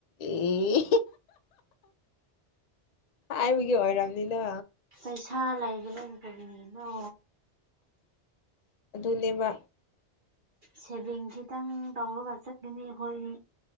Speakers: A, on the left (about 55°); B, on the right (about 55°).
A: ꯑꯦ ꯍꯥꯏꯥꯏꯕꯒꯦ ꯍꯔꯝꯅꯤꯗ
B: ꯄꯩꯁꯥ ꯂꯩꯕ꯭ꯔ ꯀꯔꯤꯅꯣ
A: ꯑꯗꯨꯅꯦꯕ
B: ꯁꯦꯚꯤꯡ ꯈꯤꯇꯪ ꯇꯧꯔꯒ ꯆꯠꯀꯅꯤ ꯑꯩꯈꯣꯏ